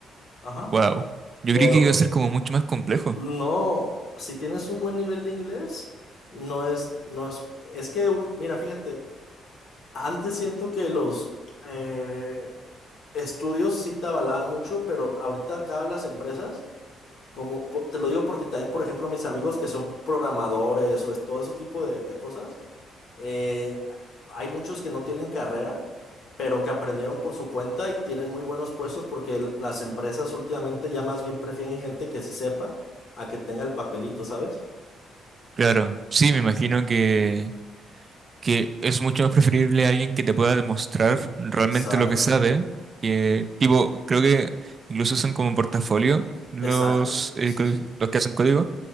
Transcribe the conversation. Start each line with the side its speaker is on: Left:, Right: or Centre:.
Left: Ajá.
Right: Wow. Yo
Left: Pero...
Right: creí que iba a ser como mucho más complejo.
Left: No, si tienes un buen nivel de inglés, no es, no es, es que, ul- mira, fíjate, antes siento que los eh, estudios sí te avalaban mucho, pero ahorita acá vez las empresas, como, po- te lo digo porque también, por ejemplo, mis amigos que son programadores o es- todo ese tipo de, de cosas, eh, hay muchos que no tienen carrera, pero que aprendieron por su cuenta y tienen muy buenos puestos porque la- las empresas últimamente ya más bien prefieren gente que sí sepa a que tenga el papelito, ¿sabes?
Right: Claro, sí,
Left: Ah,
Right: me imagino que que es mucho más preferible a alguien que te pueda demostrar realmente
Left: exacto,
Right: lo que sabe, que tipo, creo que incluso son como portafolio los,
Left: exacto,
Right: eh,
Left: sí,
Right: co-
Left: sí.
Right: los que hacen código,